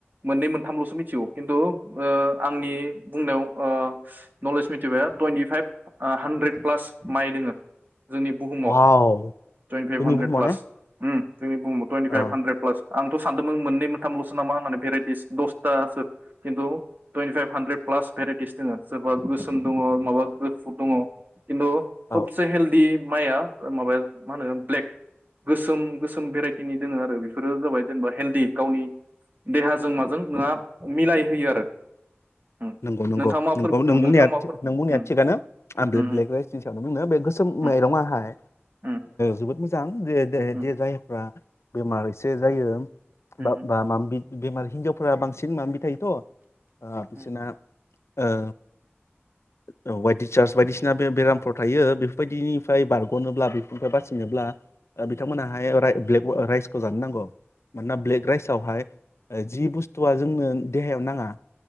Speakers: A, on the right; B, on the left.
A: मोननै मोनथामलसो मिथिगौ खिन्थु ओ आंनि बुंनायाव ओ नलेज मिथिबाय टुइन्टि फाइभ हान्ड्रेद प्लास माइ दोङो जोंनि बुहुमाव
B: वाव
A: टुइन्टि फाइभ
B: जोंनि
A: हानद्रेद
B: बुहुमाव
A: प्लास
B: ने
A: ओम जोंनि भुहुमाव थुइथि
B: औ
A: पाइप हान्द्रेद फ्लास आंथ सानदोंमोन मोननै मोनथामलसो नामा होननानै भेरेसटिस दसथासो खिन्थु टुइनटिफाइभ हानद्रेद प्लास भेराइटिस दोङो सोरबा गोसोम दङ माबा गो फुट दंङ खिन्थु
B: औ
A: सबसे हेल्दि माइआ ओ माबाया मा होनो ब्लेक गोसोम गोसोम भेराइटिनि दङो आरो बेफोरो जाबाय जेनेबा हेलदि गावनि देहाजों माजों नोंहा मिलाय होयो आरो उम
B: नोंगौ नोंगौ
A: नोंथाङा माफोर
B: नोंगौ नों बुंनाया
A: नोंथाङा माफोर
B: थिग
A: उम
B: नों बुंनाया थिगानो आ ब्लेक
A: उम
B: ब्लेकगै राइसनि सायाव बुंनो बे गोसोम
A: उम
B: माइरंआहाय
A: उम
B: जोबोद मोजां <unintelligible> दे दे
A: उम
B: दे जायफ्रा बेमार से जायो।
A: उम
B: बा बा मामबि बेमार हिनजावफोरा बांसिन मामबि थायोथ ओ बिसोरना
A: उम
B: ओ औ वाइट डिसार्स बायदिसिना बे बेरामफ्राव थायो बेफोर बायदिनिफ्राय बारगनोब्ला बेफोरनिफ्राय बासिनोब्ला ओ बिथांमोनाहाय राय ब्लेक राइसखौ जानो नांगौ मानोना ब्लेक राइसावहाय ओ जि बुस्थुआ जोंनो देहायाव नाङा।